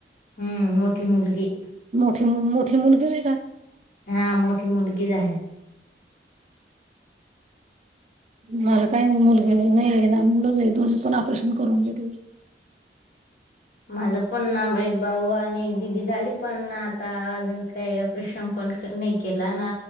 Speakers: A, on the left; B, on the right.
A: हम्म मोठी मुलगी
B: म मोठी मुलगी नाही का
A: हा मोठी मुलगीच आहे
B: मला काही नाही मुलगी बी नाही ना मुलंच हाय दोन पण ऑपरेशन करून घेतल
A: माझं पण ना एक भाऊ आणि एक दिदी झाली पण आता अजून काही ऑपरेशन पण नाही केलं ना